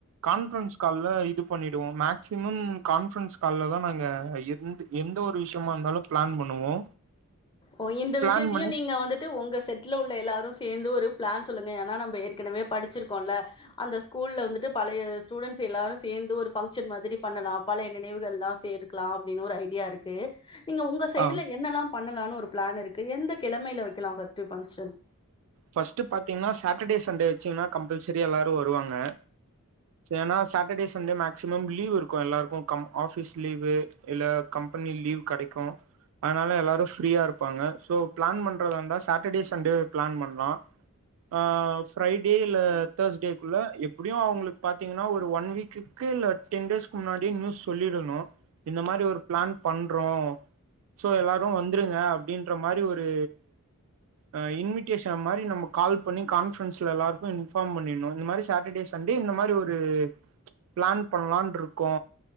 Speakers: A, on the right (about 65°); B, on the left (about 20°).
A: கான்ஃப்ரன்ஸ் கால்ல இ து பண்ணிடுவோ மேக்சிமம் கான்ஃப்ரன்ஸ் கால்ல தா நாங்க எந் எந்த ஒரு விஷ்யமா இருந்தாலூ ப்ளான் பண்ணுவோ
B: ஓ இந்த
A: பிளான்
B: விஷயத்தையூ
A: பண்ணி
B: நீங்க வந்துட் டு உங்க செட்ல உள்ள எல்லாரூ சேந்து ஒரு ப்ளான் சொல்லுங்க ஏனா நம்ப ஏற்கனவே படிச்சிருக்கோல்ல அந்த ஸ்கூல்ல வந்துட்டு பழைய ஸ்டூடெண்ட்ஸ் எல்லாரூ சேந்து ஒரு ஃபங்க்ஷன் மாதிரி பண்ணலா பழைய நினைவுகள்லா சேத்துக்கலா அப்டின்னு ஒரு ஐடியா இருக்கு நீங்க உங்க சைடுல
A: ஆ
B: என்னல்லா பண்ணலான்னு ஒரு ப் ப்ளான் இருக்கு எந்த கெழமயில வெக்கலா ஃபஸ்ட்டு ஃபங்க்ஷன்
A: ஃபஸ்ட்டு பாத்தீங்னா சாட்டர்டே சண்டே வச்சீங்னா கம்பல்சரி எல்லாரூ வருவாங்க ஏன்னா சாட்டர்டேஸ் வந்து மேக்சிமம் லீவ் இருக்கூ எல்லாருக்கூ கம் ஆஃபீஸ் லீவு இல்ல கம்பெனி லீவ் கெடைக்கூ அத்னால எல்லாரூ ஃப்ரீயாருப்பாங்க ஸோ ப்ளான் பண்றதாருந்தா சாட்டர்டே சண்டே ப்ளான் பண் லா ஆ ஃப்ரைடே இல்ல தேர்ஸ்டேக்குள்ள எப்படியூ அவங்ளுக் பாத்தீங்னா ஒரு ஒன் வீக்குக்கு இல்ல டென் டேஸ்க்கு முன்னாடியே நியூஸ் சொல்லிரணூ இந்த மாரி ஒரு ப்ளான் பண்றோ ஸோ எல்லாரூ வந் த்ருங்க அப்டின்ற மாரி ஒரு அ இன்விடேஷ் ட மாரி நம்ம கால் பண்ணி கான்ஃபரன்ஸ்ல எல்லாருக்கூ இன்ஃபார்ம் பண்ணிட்ணூ இந்த மாரி ஸ் சாட்டர்டே சண்டே இந்த மாரி ஒரு ப்ளான் பண்ணலான்ருக் கோ